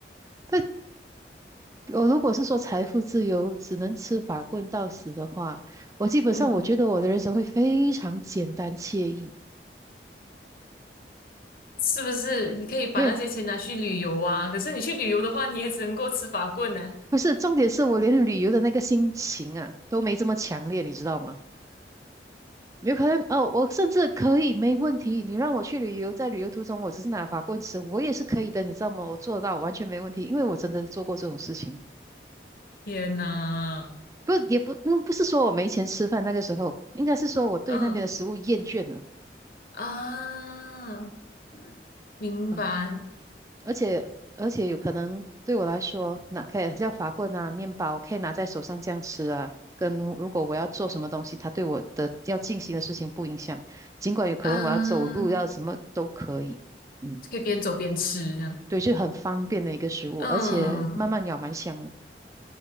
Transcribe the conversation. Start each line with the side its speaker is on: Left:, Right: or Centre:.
Right: 但我如果是说财富自由，只能吃法棍到死的话，我基本上我觉得我的人生会非常简单惬意。
Left: 嗯。是不是？你可以把那些钱拿去旅游啊。
Right: 没有，
Left: 可是你去旅游的话，你也只能够吃法棍呢。
Right: 不是，重点是我连旅游的那个心情啊都没这么强烈，你知道吗？有可能哦，我甚至可以没问题，你让我去旅游，在旅游途中我只是拿法棍吃，我也是可以的，你知道吗？我做得到，完全没问题，因为我真的做过这种事情。
Left: 天呐，
Right: 不，也不，嗯不是说我没钱吃饭，那个时候应该是说我对那边的食物厌倦了。
Left: 嗯啊，明白，
Right: 啊而且而且有可能对我来说，拿可以像法棍啊、面包，可以拿在手上这样吃啊。跟如果我要做什么东西，它对我的要进行的事情不影响，尽管有可能我要走路，
Left: 嗯、
Right: 要什么都可以。嗯，
Left: 可以边走边吃这样。
Right: 对，就很方便的一个食物，
Left: 嗯，
Right: 而且慢慢咬蛮香的。